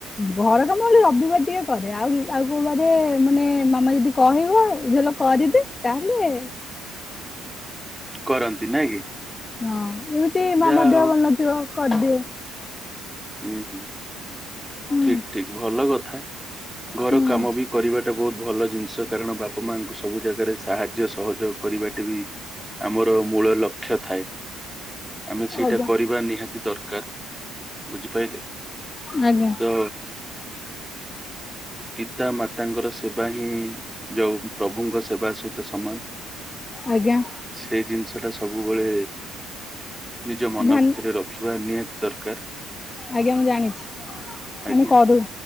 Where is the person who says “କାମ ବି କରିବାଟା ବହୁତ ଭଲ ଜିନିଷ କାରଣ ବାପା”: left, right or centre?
Centre